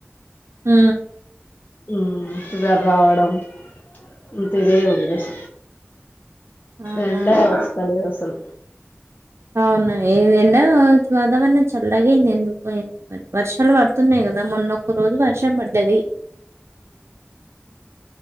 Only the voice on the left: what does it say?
ఉ ఫీవర్ రావడం అంత ఇదే ఉన్ దష
ఎండ నే వస్తలేదు అసలు